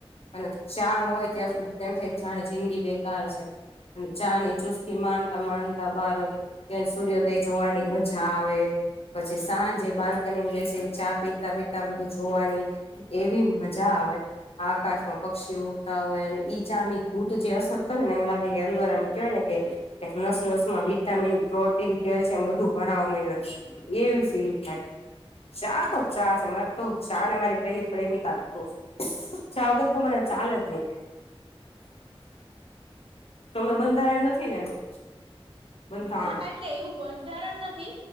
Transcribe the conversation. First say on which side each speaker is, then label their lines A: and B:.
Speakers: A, on the left; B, on the right.
A: અને ચા ન હોય ત્યાં સુધી તેમ થાય જાણે જિંદગી બેકાર છે અને ચા ની ચુસ્કી માણતા માણતા બાર કે સૂર્યોદય ધોવાની મજા આવે પછી સાંજે બાલ્કનીમા બેસીને ચા પીતા પીતા બધું જોવાની એવી મજા આવે આકાશમાં પક્ષી ઉડતા હોય અને ઈજાની ઘૂટ જે અસર કરે ને એમ લાગે કે એંદોર એમ કેવાય ને કે નસ નસ માં વિટામિન પ્રોટીન કેલ્શિયમ બધું ભરાવા <unintelligible> એવી સીલ થાય શાહ તો શાહ છે મને તો શાહ ને મારી પેલી પ્રેમિકા કહુ ચા વગર તો મને ચાલે જ ની તમને બંધારણ નથી ને એનું બંધારણ
B: હા એટલે એવું બંધારણ નથી